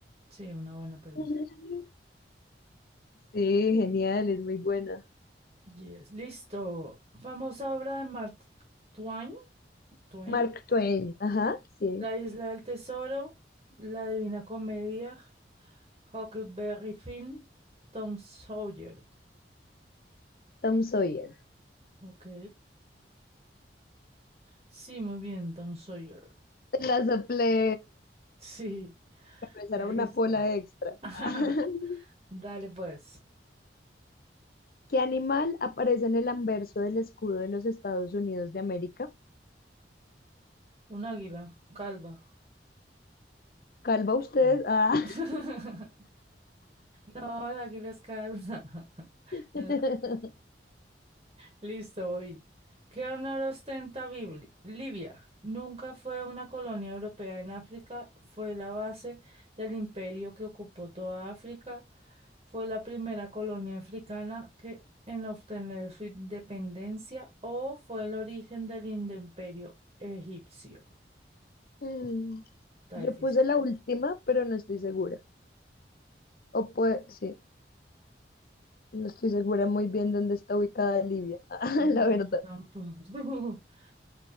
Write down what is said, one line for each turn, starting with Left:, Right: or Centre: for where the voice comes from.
Right: sí, una buena peli.
Left: <laughs> Sí, genial, es muy buena.
Right: Yes, listo. Famosa obra de Mark Twain. Twain,
Left: Mark Twain, ajá, sí.
Right: La Isla del Tesoro, La Divina Comedia, Huckleberry Finn, Tom Sawyer.
Left: Tom Sawyer.
Right: Ok. Sí, muy bien, Tom Sawyer.
Left: Te la soplé,
Right: Sí,
Left: pero esa
Right: listo.
Left: era una pola extra.
Right: <laughs>
Left: <laughs>
Right: Dale pues.
Left: ¿Qué animal aparece en el anverso del escudo de los Estados Unidos de América?
Right: Un águila calva.
Left: Calva usted.
Right: Sí.
Left: Ah.
Right: <laughs> No, el águila es calva. <laughs>
Left: <laughs>
Right: El Listo, hoy. ¿Qué honor ostenta Bibli- Libia? Nunca fue una colonia europea en África, fue la base del imperio que ocupó toda África, fue la primera colonia africana que, en obtener su independencia o fue el origen del inde- imperio egipcio.
Left: Mm,
Right: Está
Left: Yo
Right: difícil.
Left: puse la última, pero no estoy segura. O puede, sí. No estoy segura muy bien dónde está ubicada Libia, <laughs>
Right: No,
Left: la verdad.
Right: yo tampoco. <laughs>